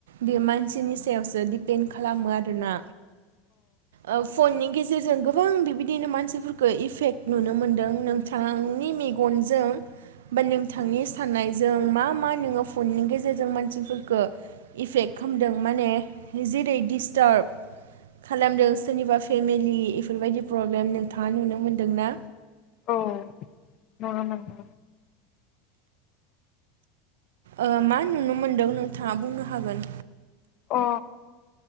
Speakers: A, on the right (about 70°); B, on the left (about 50°).
A: बे मानसिनि सायावसो दि पेन्ड खालामो आरोना। औ फननि गेजेरजों गोबां बिबायदिनो मानसिफोरखौ इफेक्ट नुनो मोन्दों नोंथांनि मेगनजों बा नोंथांनि साननाय जों मा मा नोङो फननि गेजेरजों मानसिफोरफोरखौ इफेक्ट खालामदों माने जेरै डिस्टार्ब खालामदों सोरनिबा फेमिलि बेफोरबायदि प्रब्लेम नोंथाङा नुनो। मोनदोंना?
B: औ न न नोंगौ।
A: ओ मा नुनो मोनदों नोंथाङा बुंनो हागोन।
B: अ